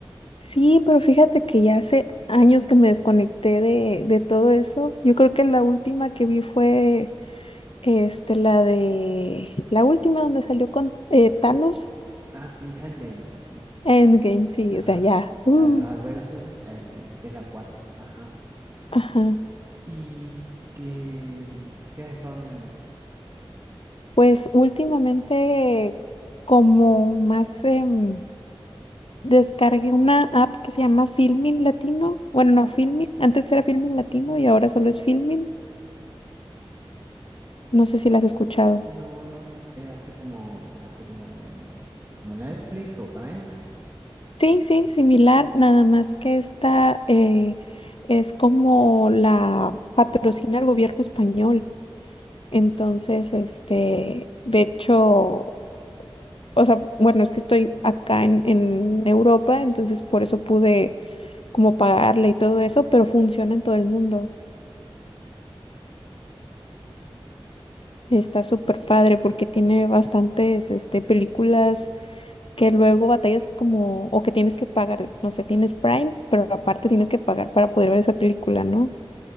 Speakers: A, on the left; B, on the right.
A: Sí, pero fíjate que ya hace años que me desconecté de, de todo eso. Yo creo que la última que vi fue este, la de la última donde salió con eh, Thanos
B: Ah, sí, Endgame, sí,
A: Endgame, sí,
B: ajá.
A: o sea, ya. uh,
B: La de los Adversions, Endgame, que es la 4, ajá.
A: ajá.
B: ¿Y qué, qué has estado mirando?
A: Pues
B: No sé.
A: últimamente como más em, descargué una app que se llama Filmin Latino. Bueno, no, Filmin, antes era Filmin Latino y ahora solo es Filmin. No sé si la has escuchado.
B: No, no, es así como, así como, mm, como Netflix o Prime.
A: Sí, sí, similar, nada más que esta eh, es como la patrocina el gobierno español. Entonces, este, de hecho, o sea, bueno, es que estoy acá en, en Europa, entonces por eso pude como pagarla y todo eso, pero funciona en todo el mundo. Está súper padre porque tiene bastantes este, películas que luego batallas como, o que tienes que pagar, no sé, tienes Prime, pero aparte tienes que pagar para poder ver esa película, ¿no?